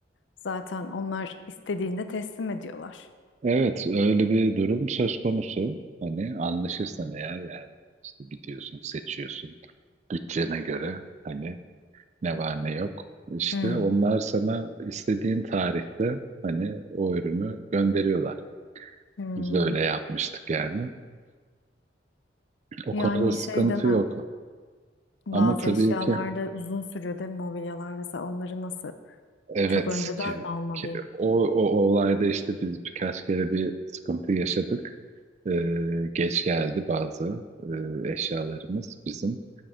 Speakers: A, on the left; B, on the right.
A: zaten onlar istediğinde teslim ediyorlar.
B: Evet, öyle bir durum söz konusu. Hani anlaşırsan eğer yani işte gidiyorsun, seçiyorsun bütçene göre hani ne var ne yok. İşte
A: Hmm.
B: onlar sana istediğin tarihte hani o ürünü gönderiyorlar.
A: Hmm.
B: Biz de öyle yapmıştık yani. O
A: Yani
B: konuda sıkıntı
A: şey deme
B: yok.
A: bazı
B: Ama tabii
A: eşyalarda
B: ki
A: uzun sürüyor değil mi mobilyalar mesela onları nasıl
B: evet
A: çok önceden
B: ki,
A: mi almalıyım?
B: ki o, o, o olayda işte biz birkaç kere bir sıkıntı yaşadık. Ee, geç geldi bazı e, eşyalarımız bizim.